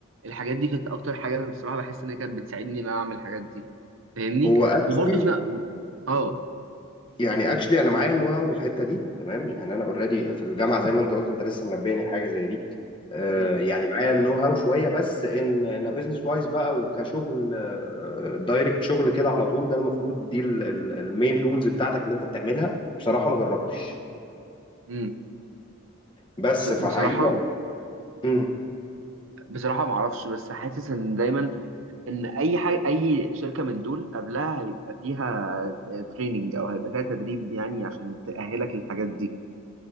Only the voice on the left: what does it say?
هو اكشلي
يعني اكشلي انا معايا النو هاو بالحته دي تمام يعني انا اوريدي في الجامعه زي ما انت قلت انت لسه منبهني لحاجه زي دي آه،
يعني معايا النو هاو شويه بس ان انا بزنس وايز بقى وكشغل دايركت شغل كده على طول ده المفروض دي المين رولز بتاعتك اللي انت بتعملها بصراحه ما جربتش
بس فحقيقه
مم،